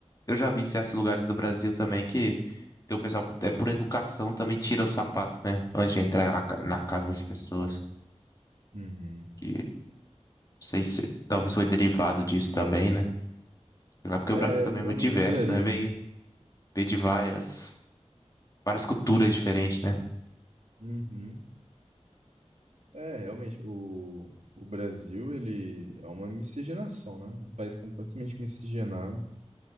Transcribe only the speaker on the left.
Eu já vi em certos lugares do Brasil também que tem o pessoal, é por educação, também tira o sapato, né? Antes de entrar na, ca- na casa das pessoas.
Que não sei se talvez foi derivado disso também, né? Sei lá, porque o
Brasil também
é
muito
diverso,
né? Veio, veio de várias, várias culturas diferentes, né?